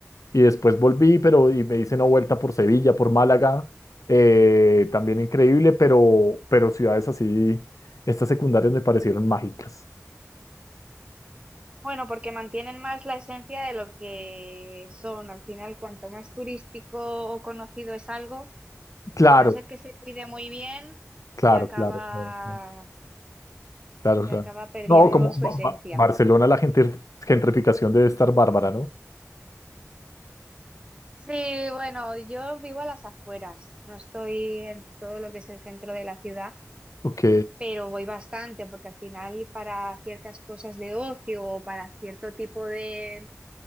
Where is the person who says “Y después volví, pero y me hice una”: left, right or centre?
Left